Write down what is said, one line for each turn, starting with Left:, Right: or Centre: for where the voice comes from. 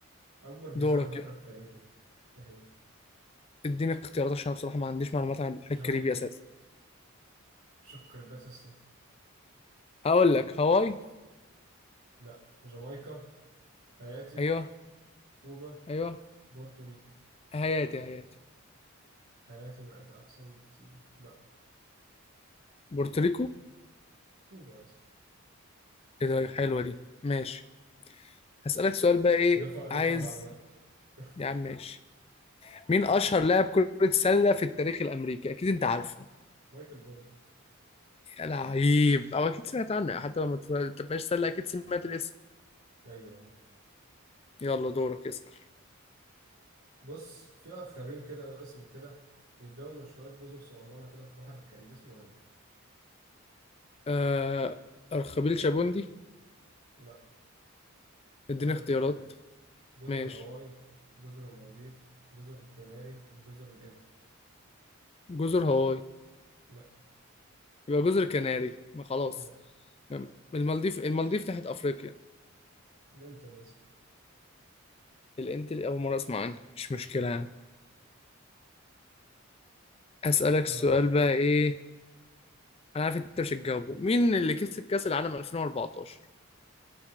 Right: أكبر جزيرة
Left: دورك
Right: في البحر
Left: يلا
Right: الكاريبي إيه هي؟
Left: اديني اختيارات عشان انا بصراحه ما عنديش معلومات عن البحر
Right: جما
Left: الكاريبي اساسا
Right: شكو كريبات أصلا
Left: هقول لك هاواي
Right: لا جامايكا هايتي
Left: ايوه
Right: كوبا
Left: ايوه
Right: بورتوريكو
Left: هياتي هياتي
Right: هايتي بقت أحسن بكتير لا
Left: بورتوريكو
Right: كوبا يا اسطى
Left: ايه ده حلوه دي ماشي هسألك سؤال بقى ايه
Right: دفع دفع
Left: عايز
Right: لمعلوماتك <laughs>
Left: يا عم ماشي مين اشهر لاعب كرة سلة في التاريخ الامريكي اكيد انت عارفه
Right: مايكل جوردن
Left: يا لعيب او اكيد سمعت عنه حتى لو ما تبقاش سله اكيد سمعت الاسم
Right: أيوه
Left: يلا دورك اسأل
Right: بص في أرخبيل كده له اسم كده بيتكون من شوية جزر صغننة كده في بحر الكاريبي اسمه إيه؟
Left: آه أرخبيل شابوندي
Right: لا
Left: اديني
Right: هقول
Left: اختيارات
Right: لك اختيارات جزر
Left: ماشي
Right: هاواي جزر المالديف جزر الكناري جزر الإنتل
Left: جزر هاواي
Right: لا
Left: يبقى جزر كناري ما خلاص
Right: لا لا
Left: المالديف المالديف تحت أفريقيا
Right: الإنتل يا اسطى
Left: الانت أول مرة أسمع عنها مش مشكلة يعني أسألك
Right: آه
Left: السؤال بقى إيه أنا عارف أنت مش هتجاوبه مين اللي كسب كأس العالم 2014